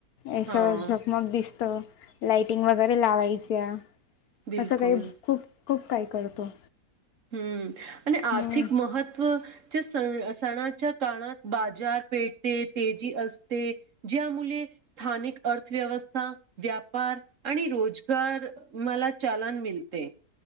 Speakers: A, on the left; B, on the right.
A: ऐस
B: हां
A: झगमग दिसतं. लाइटिंग वगैरे लावायच्या
B: बिलकुल
A: असं काही खूप खूप काही करतो.
B: हम्म आणि आर्थिक
A: हम्म
B: महत्व च्या सणाच्या काळात बाजार पेटेत तेजी असते. ज्या मुली स्थानिक अर्थव्यवस्था व्यापार आणि रोजगार मला चालन मिलते.